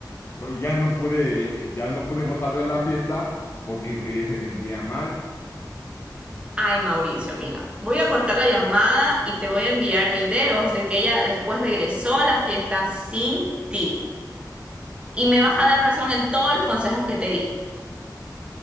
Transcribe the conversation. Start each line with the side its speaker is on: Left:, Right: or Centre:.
Left: Pues ya no pude, ya no pude gozar de la fiesta porque ella se sentía mal.
Right: Ay, Mauricio, mira, voy a cortar la llamada y te voy a enviar videos de que ella después regresó a la fiesta sin ti. Y me vas a dar razón en todos los consejos que te di.